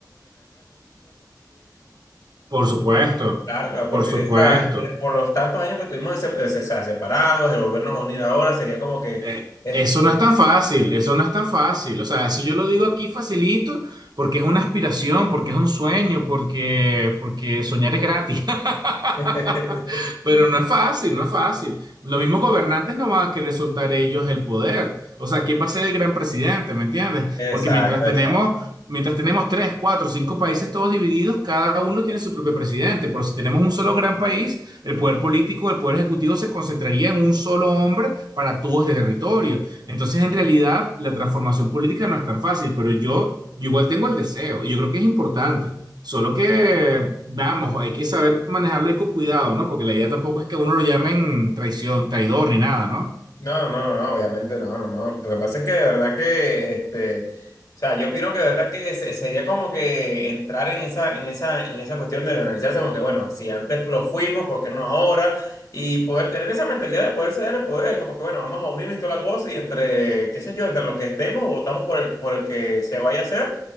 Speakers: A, on the right; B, on the left.
A: Por supuesto,
B: Claro, claro, porque
A: por supuesto.
B: o sea, eh, por los tantos años que estuvimos se- se- se- separados, el volvernos a unir ahora sería como que...
A: Eh,
B: este,
A: eso no es tan fácil, eso no es tan fácil. O sea, eso yo lo digo aquí facilito porque es una aspiración, porque es un sueño, porque, porque soñar es gratis. <laughs>
B: <laughs>
A: Pero no es fácil, no es fácil. Los mismos gobernantes no van a querer soltar ellos el poder. O sea, ¿quién va a ser el gran presidente? ¿Me entiendes?
B: Exacto,
A: Porque mientras tenemos,
B: exacto.
A: mientras tenemos tres, cuatro, cinco países todos divididos, cada uno tiene su propio presidente. Pero si tenemos un solo gran país, el poder político, el poder ejecutivo se concentraría en un solo hombre para todo este territorio. Entonces, en realidad, la transformación política no es tan fácil, pero yo, yo igual tengo el deseo y yo creo que es importante. Solo que, vamos, hay que saber manejarlo y con cuidado, ¿no? Porque la idea tampoco es que a uno lo llamen traición, traidor ni nada, ¿no?
B: No, no, no, no, obviamente no, no, no. Lo que pasa es que de verdad que, este, o sea, yo opino que de verdad que se- sería como que entrar en esa, en esa, en esa cuestión de analizarse como que, bueno, si antes lo fuimos, ¿por qué no ahora? Y poder tener esa mentalidad de poder ceder el poder, como que, bueno, vamos a unirnos y toda la cosa y entre, qué sé yo, entre los que estemos, votamos por el, por el que se vaya a hacer,